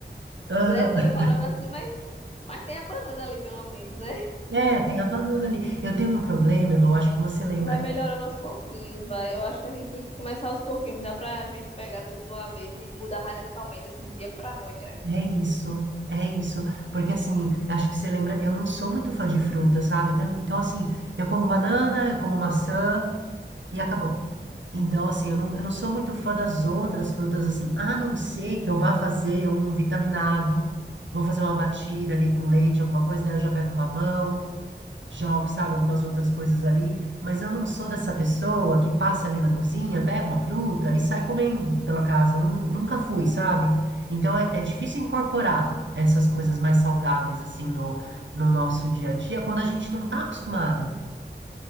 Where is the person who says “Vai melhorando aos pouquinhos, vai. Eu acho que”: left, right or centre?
Left